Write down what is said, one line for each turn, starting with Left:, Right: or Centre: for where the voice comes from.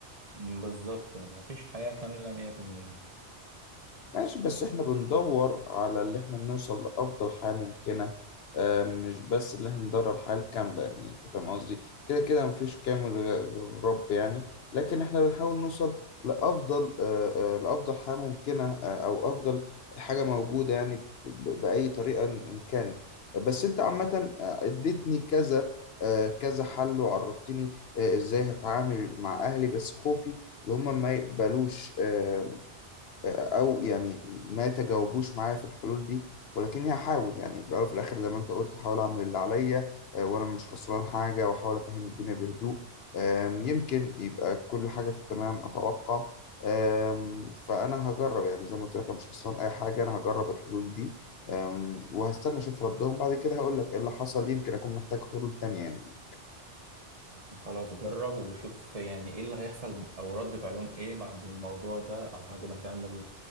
Right: بالظبط يعني مفيش حياة كاملة 100%
Left: ماشي بس احنا بندور على اللي احنا نوصل لأفضل حياة ممكنة آه، مش بس اللي احنا ندور على الحياة الكاملة يعني انت فاهم قصدي كده كده مفيش كامل غير غير الرب يعني لكن احنا بنحاول نوصل لأفضل آه، آه، لأفضل حياة ممكنة آه، أو أفضل حاجة موجودة يعني ب- ب- بأي طريقة إن إن كان بس انت عامة آه، اديتني كذا آه، كذا حل وعرفتني آه، ازاي هتعامل مع أهلي بس خوفي اللي هم ما يقبلوش آه، او يعني ما تجاوبوش معايا في الحلول دي ولكني هحاول يعني في الاول وفي الاخر زي ما انت قلت هحاول اعمل اللي عليا آه، وانا مش خسران حاجه واحاول افهم الدنيا بهدوء آم، يمكن يبقى كل حاجه في التمام اتوقع آم، فانا هجرب يعني زي ما قلت لك انا مش خسران اي حاجه انا هجرب الحلول دي آم، وهستنى اشوف ردهم بعد كده هقول لك ايه اللي حصل يمكن اكون محتاج حلول تانية يعني
Right: خلاص جرب وشوف يعني ايه اللي هيحصل او رد فعلهم ايه بعد الموضوع ده او بعد ما تعمل